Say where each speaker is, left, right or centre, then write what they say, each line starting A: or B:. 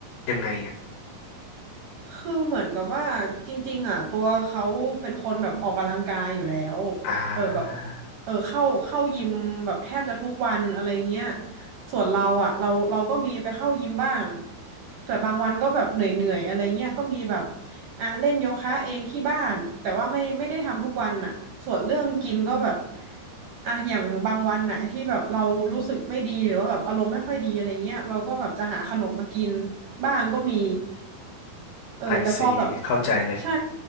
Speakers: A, on the left (about 70°); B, on the right (about 80°).
A: ยังไงอ่ะ
B: คือเหมือนกับว่าจริงๆอ่ะตัวเขาเป็นคนแบบออกกำลังกายอยู่แล้ว
A: อ่า
B: เออแบบเออเข้าเข้ายิมแบบแทบจะทุกวันอะไรเงี้ย ส่วนเราอ่ะเราเราก็มีไปเข้ายิมบ้างแต่บางวันก็แบบเหนื่อยๆอะไรเงี้ยก็มีแบบอ่ะเล่นโยคะเองที่บ้านแต่ว่าไม่ไม่ได้ทำทุกวันอ่ะส่วนเรื่องกินก็แบบอ่ะอย่างบางวันอ่ะที่แบบเรารู้สึกไม่ดีหรือว่าแบบอารมณ์ไม่ค่อยดีอะไรเงี้ยเราก็แบบจะหาขนมมากินบ้างก็มีเออแต่พอแบบ
A: ไอซีเข้าใจเลย
B: ใช่